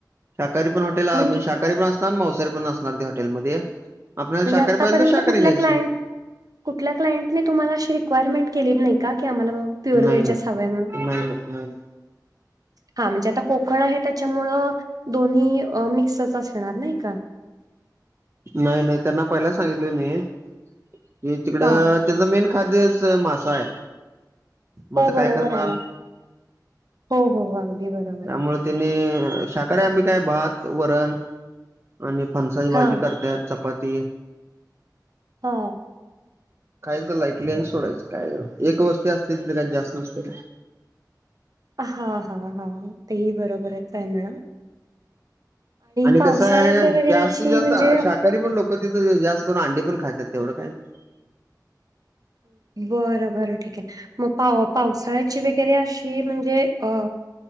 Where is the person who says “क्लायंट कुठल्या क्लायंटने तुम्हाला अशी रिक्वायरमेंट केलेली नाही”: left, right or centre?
Right